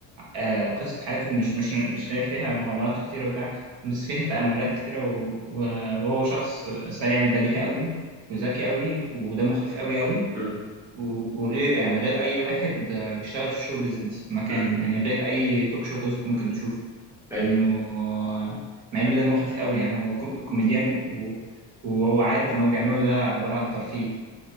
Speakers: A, on the right; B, in the centre.
A: آه، قصة حياته مش مش مش لاقي فيها مغامرات كتيرة وبتاع بس فيها تأملات كتيرة و- و- وهو شخص سريع البديهة قوي وذكي قوي ودمه خفيف قوي قوي
B: أمم،
A: و- وغير يعني غير أي واحد آه، بيشتغل في الشو بيزنس في مكان
B: أمم.
A: يعني غير أي توك شو هوست ممكن تشوفه
B: أيوه
A: إنه آه، مع إنه دمه خفيف قوي يعني هو كو- كوميديان و- وهو عارف إن هو بيعمله ده عبارة عن ترفيه